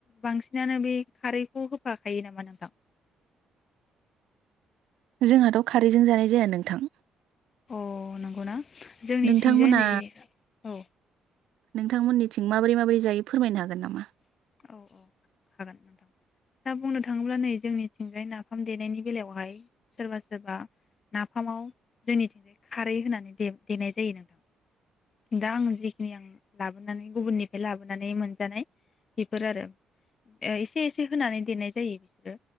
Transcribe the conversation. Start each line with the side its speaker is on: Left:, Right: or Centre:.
Left: बांसिनानो बे खारैखौ होफाखायो नामा नोंथां?
Right: जोंहाथ' खारैजों जानाय जाया नोंथां
Left: अ नंगौना? जोंनिथिंजाय
Right: नोंथांमोना
Left: नै औ
Right: नोंथांमोननिथिं माबोरै माबोरै जायो फोरमायनो हागोन नामा
Left: औ औ हागोन नोंथां दा बुंनो थाङोब्ला नै जोंनिथिंजाय नाफाम देनायनि बेलायावहाय सोरबा सोरबा नाफामाव जोंनिथिंजाय खारै होनानै देनाय जायो नोंथां दा आं जिखिनि आं लाबोनानै गुबुननिफ्राय लाबोनानै मोनजानाय बेफोर आरो एसे एसे होनानै देनाय जायो बिसोरो